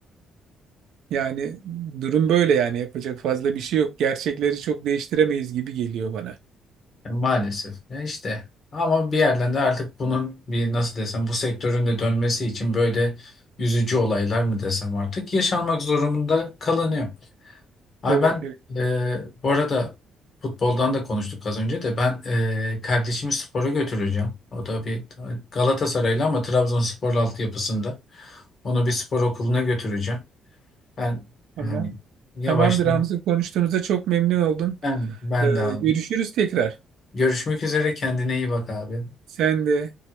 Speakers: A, on the right (about 75°); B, on the left (about 45°).
A: Yani durum böyle yani yapacak fazla bir şey yok. Gerçekleri çok değiştiremeyiz gibi geliyor bana.
B: Ya maalesef. Ya işte ama bir yerden de artık bunun bir nasıl desem bu sektörün de dönmesi için böyle üzücü olaylar mı desem artık yaşanmak zorunda kalınıyor. Ay
A: Evet,
B: ben
A: evet.
B: e, bu arada futboldan da konuştuk az önce de ben e, kardeşimi spora götüreceğim. O da bir Galatasaraylı ama Trabzonspor altyapısında. Onu bir spor okuluna götüreceğim. Ben
A: Tamam.
B: yani yavaş
A: Tamamdır Hamza. Konuştuğumuza çok memnun oldum.
B: ben ben
A: Ee,
B: de abi.
A: görüşürüz tekrar.
B: Görüşmek üzere kendine iyi bak abi.
A: Sen de.